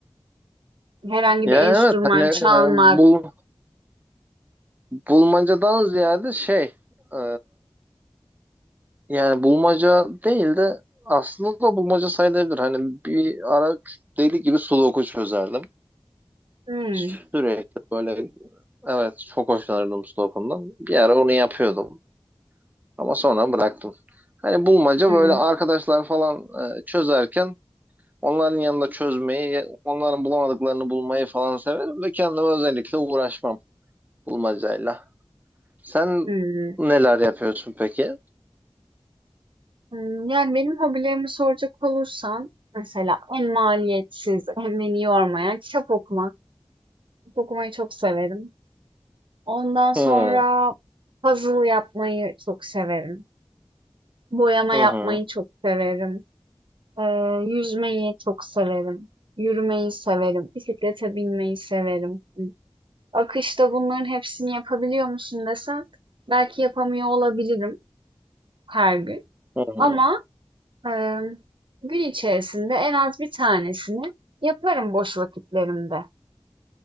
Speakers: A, on the right; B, on the right.
A: herhangi
B: Ya
A: bir enstrüman
B: evet hani e,
A: çalmak.
B: bul, bulmacadan ziyade şey e, yani bulmaca değil de aslında da bulmaca sayılabilir. Hani bir ara deli gibi sudoku çözerdim.
A: Hmm,
B: Sürekli böyle Evet çok hoşlanırdım Sudoku'ndan. Bir ara onu yapıyordum ama sonra bıraktım. Hani bulmaca
A: hmm,
B: böyle arkadaşlar falan e, çözerken onların yanında çözmeyi, onların bulamadıklarını bulmayı falan severim ve kendime özellikle uğraşmam bulmacayla. Sen
A: hmm.
B: neler yapıyorsun peki?
A: Hımm, yani, benim hobilerimi soracak olursan mesela en maliyetsiz en beni yormayan kitap okumak. Kitap okumayı çok severim. Ondan sonra
B: Hmm,
A: puzzle yapmayı çok severim. Boyama
B: Hı
A: yapmayı
B: hı,
A: çok severim. Eee, yüzmeyi çok severim. Yürümeyi severim. Bisiklete binmeyi severim. akışta bunların hepsini yapabiliyor musun desen belki yapamıyor olabilirim her gün
B: hı hı,
A: ama, Emm, gün içerisinde en az bir tanesini yaparım boş vakitlerimde.